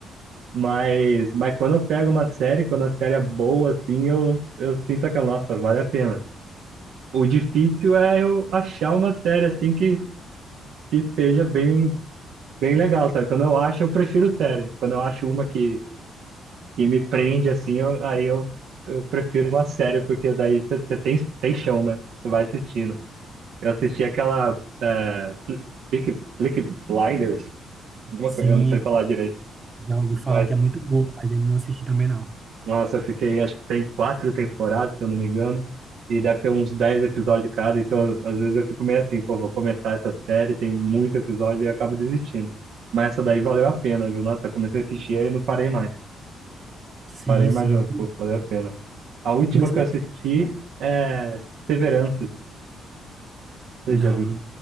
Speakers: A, on the right (about 75°); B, on the right (about 30°).
A: Mas, mas quando eu pego uma série, quando a série é boa, assim, eu, eu sinto aquela, nossa, vale a pena. O difícil é eu achar uma série, assim, que, que seja bem, bem legal, sabe? Quando eu acho, eu prefiro série. Quando eu acho uma que que me prende assim, eu- aí eu, eu prefiro uma série, porque daí você tem, tem chão, né? Você vai assistindo. Eu assisti aquela é, Peaky, Peaky Blinders, alguma
B: Sim,
A: coisa, eu não sei
B: eu
A: falar direito,
B: já ouvi falar
A: mas
B: que é muito bom, mas ainda não assisti também não.
A: nossa, eu fiquei, acho que tem quatro temporadas, se eu não me engano, e deve ter uns dez episódios cada, então às vezes eu fico meio assim, pô, vou começar essa série, tem muito episódio e eu acabo desistindo. Mas essa daí valeu a pena, viu? Nossa, eu comecei a assistir e não parei mais.
B: Sim,
A: Parei, mas
B: sim.
A: pô, valeu a pena. A última
B: Pois
A: que eu assisti
B: é.
A: é Severances, você
B: Não,
A: já viu?